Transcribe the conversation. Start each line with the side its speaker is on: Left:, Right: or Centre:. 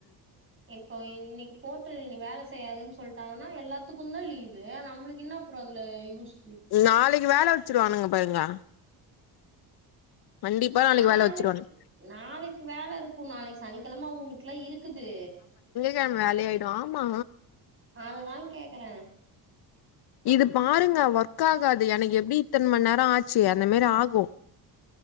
Right: இப்போ இன்னிக்கு போர்ட்டு இன்னிக் வேல செய்யாதுன் சொல்ட்டாங்கன்னா எல்லாத்துக்குந்தா லீவு நம்ளுக் இன்னா அப்றோ அதுல யூஸ்
Left: நாளைக்கு வேல வச்சுருவானுங்க பாருங்க கண்டிப்பா
Right: நாளைக்கு
Left: வேல வச்சிருவானுங்க
Right: நாளைக்கு வேல இருக்கு நாளைக் சனிக்கெழம அவ்ங்ளுக்லா இருக் குது
Left: கெழ்ம வேலயாய்டு ஆமா
Right: அதுதா கேக்குறே
Left: இது பாருங்க ஒர்க் ஆகாது எனக்கு எப்டி இத்தன் மண் நேரோ ஆச்சு அந்த மாரி ஆகு